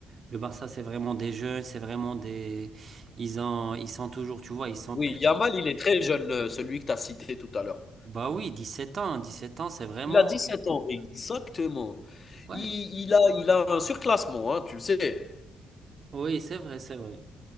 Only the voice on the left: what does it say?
oui,
Yamal, il est très jeune, euh, celui que tu as cité tout à l'heure.
Il a dix sept ans, exactement.
Il, il a, il a un surclassement, hein, tu le sais.